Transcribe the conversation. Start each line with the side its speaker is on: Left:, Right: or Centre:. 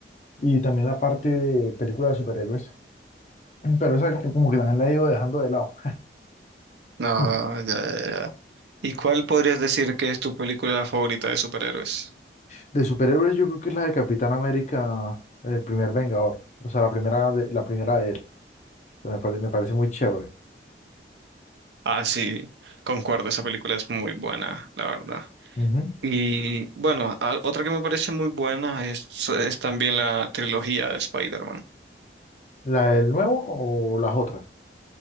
Left: Y también la parte de películas de superhéroes. Pero esa como como que también la he ido dejando de lado.
Right: Ah,
Left: <laughs>
Right: ya, ya, ya. ¿Y cuál podrías decir que es tu película favorita de superhéroes?
Left: De superhéroes yo creo que es la de Capitán América, el primer Vengador. O sea, la primera de, la primera de él. O sea, Me pare- me parece muy chévere.
Right: Ah, sí, concuerdo, esa película es muy buena, la verdad.
Left: Ujú.
Right: Y bueno, a- otra que me parece muy buena es, es también la trilogía de Spider-Man.
Left: ¿La del nuevo o las otras?